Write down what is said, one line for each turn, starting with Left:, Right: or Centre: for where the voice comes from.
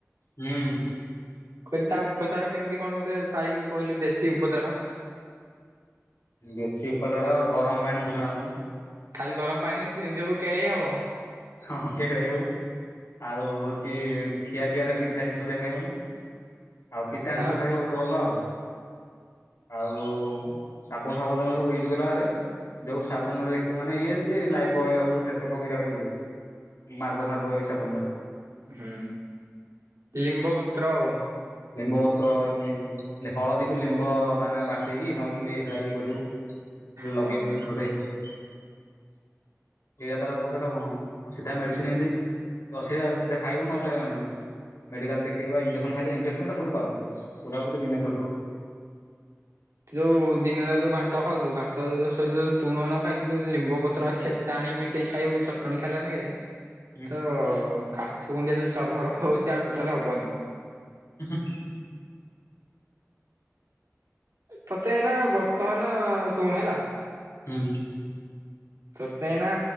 Left: ହୁଁ।
Right: <unintelligible> ତା ଉପଚାର କେମ୍ତି କଣ ଗୋଟେ ପାଇଲୁ କହିଲୁ ଦେଶୀ ଉପଚାର?
Left: ବେଶୀ ଉପଚାର ଗରମ ପାଣି ରେ ଧୁଆଁ ହୁମ୍।
Right: ଖାଲି ଗରମ ପାଣିରେ ଚେ ଯୋଉ କେଳେଇ ହବ।
Left: ହଁ କେଳେଇ ହବୁ ଆଉ ହଉଛି ଖିଆ ପିଆ ରେ ମିଠା ଜିନିଷ ଦେ ଖାଇବନି। ଆଉ ପିତାଙ୍କ
Right: ଆଚ୍ଛା।
Left: ସହିତ ଏବେ ବୋହୁତୁ ଭଲ ଆଉ। ଆଉ ସାବୁନ୍ ଫାବୁନ୍ ୟୁଜ୍‌ କଲା ବେଳେ। ଯୋଉ ସାବୁନରେ ଦେଖିବୁ ମାନେ ଇଏ ଯେମିତି ଲାଇ ବୟ ହଉ ଡେଟ୍ଟଲ ହଉ ଏଇରା ବି ୟୁଜ କରୁ ମାର୍ଗ ଫାର୍ଗ ଏଇ ସାବୁନୁଟା।
Right: ହୁଁ ଲିମ୍ବ ପତ୍ର ଆଉ।
Left: ଲିମ୍ବ ପତ୍ର ଏମିତି ହଳଦୀକୁ ଲିମ୍ବ ମାନେ ବାଟିକି ନହେଲେ ହେରା ଇଏ କରିବୁ।
Right: ହଁ।
Left: ଲଗେଇବୁ <unintelligible> ସେଇଟା ତାର ଉପଚାର ଆଉ କଣ। ସିଧା ମେଡିସିନି ଏମିତି ବସିଆ ସିଧା ଖାଇବୁ ନହେଲେ ମେଡିକାଲ ଦେଖେଇବା ଏଞ୍ଜେକେସନ୍ ଖାଇବୋଵୁ ଇଞ୍ଜେ କେସନ୍ ସବୁଠୁ ପୱାରଫୁଲନେସେ ପୁରାପୁରି ଦିନରେ
Right: ଯୋଉ ଦିନରେ ଯୋଉ ଭାତ ଖାଉଛୁ ଭାତ ଶରୀର ରେ ତୁଣ ନ ଖାଇକି ଯୋଉ ଲିମ୍ବ ପତ୍ର ଆ ଛେ ଚାଣି ମିଶେଇ ଖାଇବୁ ଚଟଣି ଖାଇଲାନି ହେଁ।
Left: <inaudible>
Right: ତ କାଛୁ ଗୁଣ୍ଡିଆ ଯୋଉ ଚର୍ମରୋଗ ହୋଉଛି ଆଉ ଟୋଟାଲି ହବନି।
Left: ଉଁ ହୁଁ।
Right: ତତେ ଏଇନା ବର୍ତ୍ତମାନ ଶୁଣ ହେଲା।
Left: ହୁଁ।
Right: ତ କାହିଁ ନା